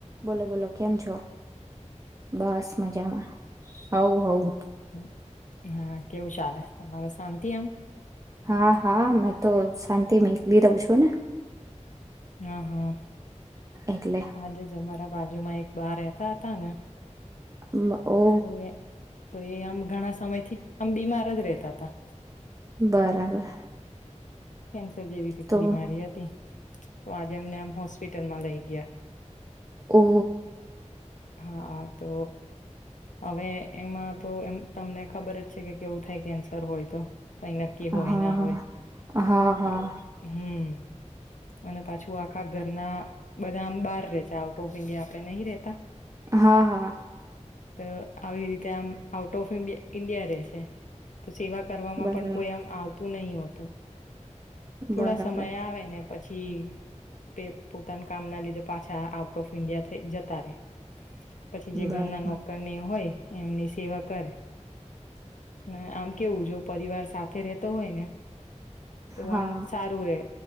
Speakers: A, on the right; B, on the left.
A: બોલો બોલો કેમ છો? બસ મજામાં. હવ હ
B: હમ, હા કેવું ચાલે તમારે શાંતિ એમ
A: હા હા મેં તો શાંતિમ એકલી રઉ છું ને
B: હા હા
A: એટલે
B: આજે જ અમારુ માર બાજુ માં એક બા રહેતા હતા ને
A: <inaudible> મ ઓ
B: તો એ તો એ આમ ઘણા સમય થી આમ બીમાર જ રેતા તા
A: બરાબર
B: કેન્સ ર જેવી કઈ
A: તો
B: બીમારી હતી તો આજે એમને આમ હોસ્પિટલમાં લઈ ગયા
A: ઓ
B: હા તો અવે એમાં તો એમ તમને ખબર જ છે કે કેવું થાય કેન્સર હોય તો કઈ નક્કી હોય
A: હા
B: ના હોય
A: હા હા
B: અ હમ્મ અને પાછું આખા ઘરના બધા આમ બાર રે છે આઉટ ઓફ ઇન્ડિયા આપડે નહી રેતા
A: હા હા
B: તો આવી રીતે આમ આઉટ ઓફ ઇમબ ઈન્ડિયા રે છે તો સેવા કરવામાં
A: બરાબર
B: પણ કોઈ આમ આવતું નહીં હોતું થોડા
A: બરાબર
B: સમય આવે ને પછી પે પોતાના કામ ના લીધે પાછા આઉટ ઓફ ઈન્ડિયા થઈ જતા રે પછી જે
A: બરાબર
B: ઘરના નોકરને એ હોય એમની સેવા કરે હમ્મ આમ કેવું જો પરિવાર સાથે રેતો હોય ને તો
A: હા
B: આમ સારું રે